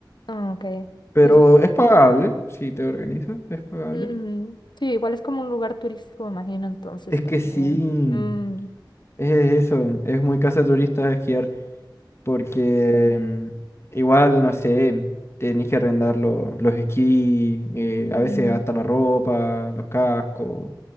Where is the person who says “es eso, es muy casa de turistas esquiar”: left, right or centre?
Left